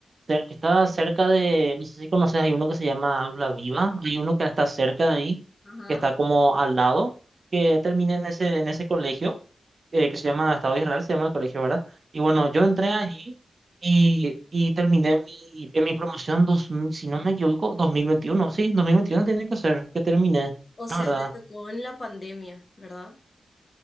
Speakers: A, on the right; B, on the left.
A: cer- que está cerca de, no sé si conoces, hay uno que se llama Habla Viva, hay uno que está cerca de ahí,
B: Ajá.
A: que está como al lado, que terminé en ese, en ese colegio, eh, que se llama Estado de Israel, se llama el colegio, ¿verdad? Y bueno, yo entré allí y, y terminé mi, en mi promoción, dos, si no me equivoco, dos mil veintiuno sí, 2021 tiene que ser, que terminé,
B: O o sea,
A: la verdad.
B: te tocó en la pandemia, ¿verdad?